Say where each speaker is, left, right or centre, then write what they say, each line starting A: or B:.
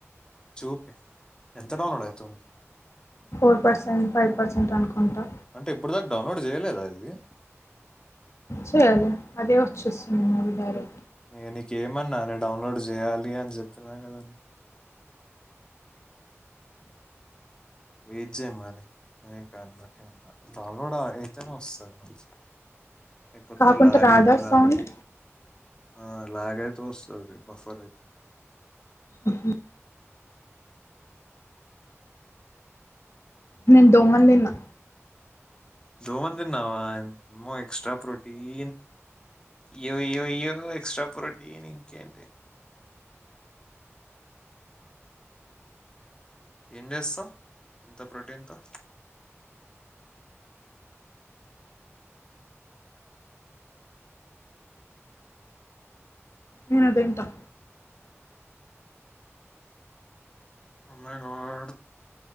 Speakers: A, on the left; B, on the left.
A: చూపి ఎంత డౌన్లోడ్ అయి తుంది
B: ఫోర్ పర్సెంట్, ఫైవ్ పర్సెంట్ అనుకుంటా.
A: అంటే ఇప్పుడు దాకా డౌన్లోడ్ చేయలేదా ఇద్
B: సర్లే అదే చుస్తున్నావా మావి గారు
A: నే నికేమన్నా డౌన్లోడ్ చేయాలి అని చెప్పిన కదా న వెయిట్ చేయ్ మరి ఏం కాదు డౌన్లోడ్ ఏతేనా వస్తుంది మంచి ఎయిపోతూ
B: కాకుంటే
A: లాగైతు
B: రాధా
A: లాగైతు
B: సౌండ్
A: ఆ ల్యాగ్ అయితే వస్తది బఫర్ అయితే
B: అహం నేన్ దోమన్ దిన్నా
A: దోమన్ దిన్నావా అమ్మో ఎక్స్ట్రా ప్రోటీన్ అయ్యోయోయో ఎక్స్ట్రా ప్రోటీన్ ఇంకేంటి ఏం చేస్తావ్ ఇంత ప్రోటీన్ తొ
B: నేనుదింటా
A: అమో అగడ్